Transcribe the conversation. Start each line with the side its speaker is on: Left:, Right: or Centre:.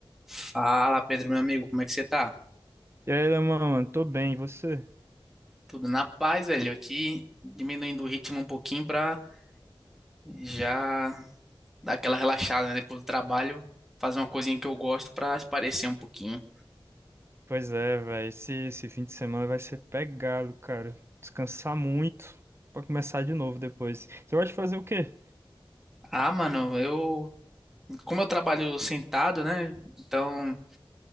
Centre: Fala, Pedro, meu amigo, como é que você tá?
Right: E aí, Leman, mano, tô bem, e você?
Centre: Tudo na paz, velho. Aqui diminuindo o ritmo um pouquinho pra já dar aquela relaxada, né? Depois do trabalho, fazer uma coisinha que eu gosto pra esparecer um pouquinho.
Right: Pois é, velho, esse, esse fim de semana vai ser pegado, cara. Descansar muito pra começar de novo depois. Você gosta de fazer o quê?
Centre: Ah, mano, eu, como eu trabalho sentado, né? Então,